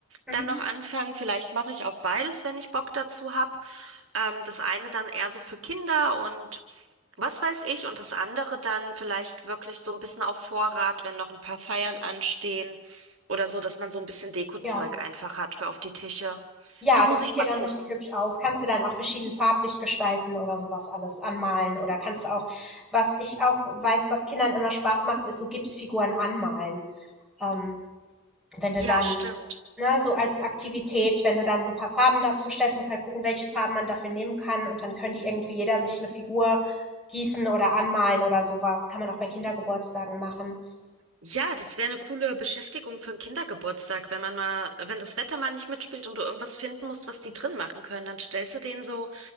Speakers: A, in the centre; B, on the right.
A: Mhm.
B: dann noch anfangen. Vielleicht mache ich auch beides, wenn ich Bock dazu habe. Ähm, das eine dann eher so für Kinder und was weiß ich und das andere dann vielleicht wirklich so ein bisschen auf Vorrat, wenn noch ein paar Feiern anstehen oder so, dass man so ein bisschen Dekozeug
A: Ja.
B: einfach hat für auf die Tische.
A: Ja,
B: Da
A: das
B: muss
A: sieht
B: ich mal
A: ja dann
B: gucken.
A: richtig hübsch aus. Kannst du dann auch verschieden farblich gestalten oder sowas alles anmalen oder kannst du auch was ich auch weiß, was Kindern immer Spaß macht, ist so Gipsfiguren anmalen. Ähm, wenn du
B: Ja,
A: dann
B: stimmt.
A: ne, so als Aktivität, wenn du dann so ein paar Farben dazu stellst muss halt gucken, welche Farben man dafür nehmen kann und dann können die irgendwie jeder sich eine Figur gießen oder anmalen oder sowas Kann man auch bei Kindergeburtstagen machen.
B: Ja, das wäre eine coole Beschäftigung für einen Kindergeburtstag, wenn man mal, wenn das Wetter mal nicht mitspielt und du irgendwas finden musst, was die drin machen können, dann stellst du denen so